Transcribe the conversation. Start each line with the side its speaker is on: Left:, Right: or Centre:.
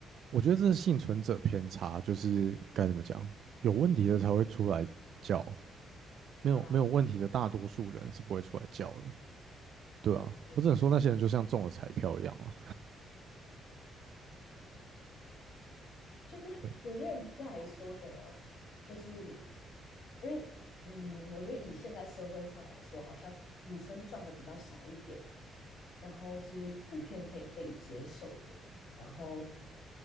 Right: 我觉得这是幸存者偏差，就是该怎么讲，有问题的才会出来叫，没有没有问题的大多数人是不会出来叫的，
Left: 啊，
Right: 对啊，
Left: 也
Right: 我只能说那些人就像中了彩票一样啊。
Left: 就是 <laughs>
Right: 对，
Left: 有些人不是还说什么，就是因为嗯，我觉得以现在社会上来说，好像女生赚的比较少一点，然后是普遍可以被接受的，然后